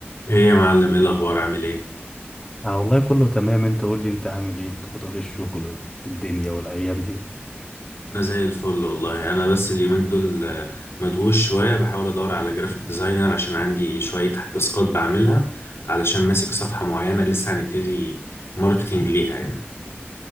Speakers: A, on the left (about 75°); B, on the left (about 15°).
A: ايه يا معلم ايه الاخبار عامل ايه
B: انا والله كله تمام انت قول لي انت عامل ايه في ضغوطات الشغل والدنيا والايام دي
A: انا زي الفل والله انا بس اليومين دول آه، مدووش شويه بحاول ادور على جرافيك ديزاينر عشان عندي شويه تاسكات بعملها علشان ماسك صفحه معينه لسه هنبتدي ماركتينج ليها يعني